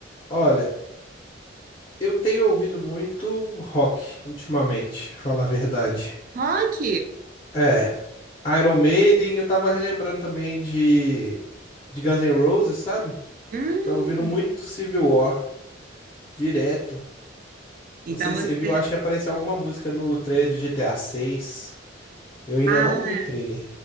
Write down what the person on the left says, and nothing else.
Olha, eu tenho ouvido muito rock ultimamente, falar a verdade.
É, Iron Maiden, eu tava relembrando também de, de Guns N' Roses, sabe?
Tava ouvindo muito Civil War, direto.
Não sei
se você viu, acho que apareceu alguma música no trailer do GTA VI. Eu ainda
não vi o trailer.